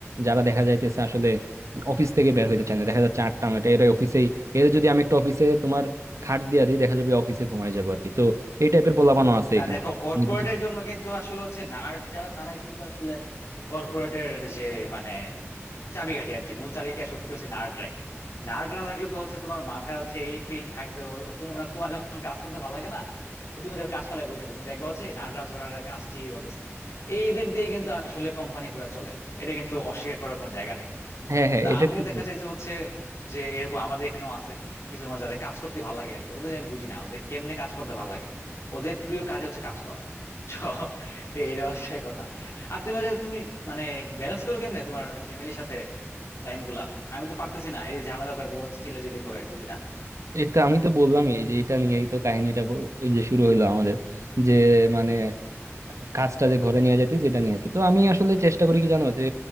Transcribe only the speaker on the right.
যারা দেখা যাইতেছে আসলে অফিস থেকে বের হইতে চায় না দেখা যাচ্ছে আটটা নয়টা এরা অফিসেই এর যদি আমি একটা অফিসে তোমার খাট দিয়া দিই দেখা যাবে অফিসে ঘুমায় যাবো আর কি তো এই টাইপের পোলাপানও আছে
এখানে
অনেক কিছু
হ্যাঁ হ্যাঁ
এটা
ঠিক
বলছো।
এটা আমি তো বললামই এই যে এটা নিয়েই তো কাহিনীটা ব- এই যে শুরু হইলো আমাদের যে মানে কাজটা যে ঘরে নিয়ে যাইতেছি সেটা নিয়ে আর কি। তো আমি আসলে চেষ্টা করি কি জানো যে